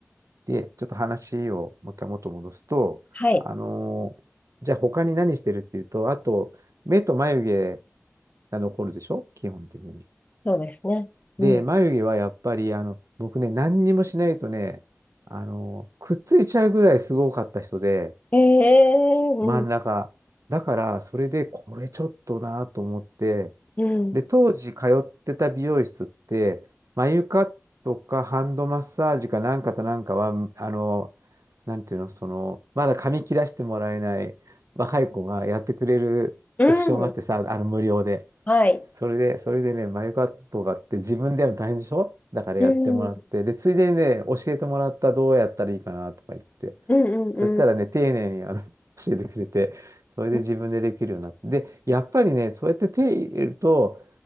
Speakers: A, on the right (about 80°); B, on the left (about 30°).
A: で、ちょっと話をもう一回元戻すと、
B: はい。
A: あのーじゃあ他に何してるっていうと、あと、目と眉毛が残るでしょ基本的に。
B: そうですね。うん。
A: で、眉毛はやっぱり、あの、僕ね、何にもしないとね、あの、くっついちゃうぐらいすごかった人で、
B: ええうん、
A: 真ん中。だから、それで、これちょっとなと思って、
B: うん、
A: で、当時通ってた美容室って、眉カットかハンドマッサージかなんかとなんかは、あの、なんていうの、その、まだ髪切らしてもらえない若い子がやってくれるオプションがあってさ、
B: うん。
A: あの、無料で。
B: はい。
A: それで、それでね、眉カットがあって自分でやるの大変でしょだからやってもらって、
B: うん、うん、
A: で、ついでにね、教えてもらったどうやったらいいかなとか言って、
B: うん、
A: そしたらね、
B: うん、
A: 丁寧にあの <laughs> 教えてくれて、それで自分でできるようになって、
B: うん、
A: で、やっぱりね、そうやって手入れると、